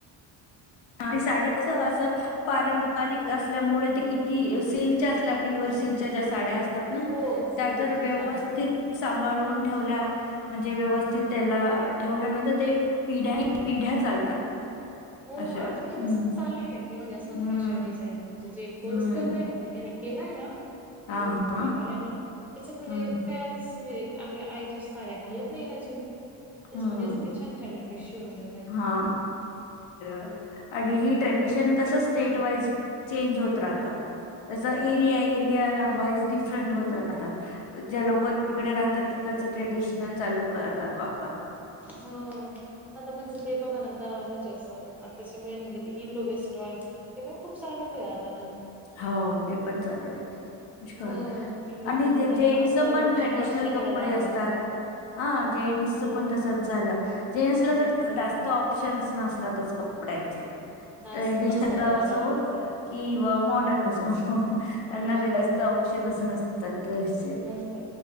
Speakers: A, on the left; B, in the centre.
A: साडी कस असं पारंपरिक असल्यामुळे ते किती सिल्कच्या असल्या प्युअर सिल्कच्या ज्या साड्या असत- तात ना
B: हो सिल्कच्या
A: त्या जर व्यवस्थित
B: छान वाटतात अजून.
A: सांभळून ठेवल्या म्हणजे व्यवस्थित- त्याला ठेवल्यानंतर ते पिढ्यानिपिढ्या चालतात.
B: हो
A: अशा
B: आता म्हणजे
A: हम्म.
B: तसंच चालूय ना की म्हणजे असं
A: हम्म
B: फॅशन डिजाइनर जे कोर्स
A: हम्म
B: करताय न म्हणजे त्यानी केलाय ना?
A: हा
B: ब्युटी
A: हा
B: पार्लरने तसच म्हणजे
A: हम्म
B: काय असतं हे आपल्या आईच्या साड्या घालत नाही ना जुन्या असं
A: हम्म
B: म्हणजे छान छान ड्रेस शिवून देतात
A: हा
B: त्या
A: <unintelligible> आणि ही ट्रेडिशन कसं स्टेट वाइज चेंज होत राहतं जस एरिया एरिया वॉइस डिफरंट हो ज्या लोकं तिकडे राहतात तिकडचं ट्रेडिशनल चालू करतात बा
B: हो आता म्हणजे ते बघा ना आता म्हणजे म्ह इंडो वेस्टर्न ते पण खूप चालू आहे आता
A: हो ते पण चालू आहे
B: हो इंडो
A: आणि
B: वेस्टर्न म्हणजे त्यांना
A: जेंट्स
B: असं
A: पण ट्रेडिशनल
B: शॉर्ट्स घालायला
A: कपडे
B: आवडतात
A: असतात ह जेंट्सच
B: हो
A: पण तसंच झालं. जेंट्सला
B: जेंट्स
A: तर जास्त ऑप्शन्स नसतात त्यातच कपड्याचे
B: नस
A: ट्रेडिशनल
B: नसतात त्यांना
A: असो
B: बटरच
A: कि वा मॉ <inaudible> त्यांना
B: मुली
A: काही जास्त ऑप्शनच नसतात. ड्रेस
B: नस्त